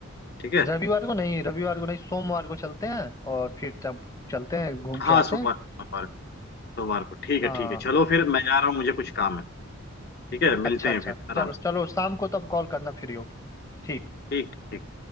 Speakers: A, on the left (about 50°); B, on the left (about 15°).
A: ठीक है
B: रविवार को नहीं रविवार को नहीं सोमवार को चलते हैं और फिर तब चलते हैं घूम के
A: हाँ
B: आते
A: सोमवार
B: हैं
A: सोमवार सोमवार को ठीक
B: हाँ
A: है ठीक है चलो फिर मैं जा रहा हूँ मुझे कुछ काम है ठीक है मिलते
B: अच्छा
A: हैं
B: अच्छा
A: फिर आराम
B: चलो
A: से
B: चलो शाम को तब कॉल करना फ्री होगी ठीक
A: ठीक ठीक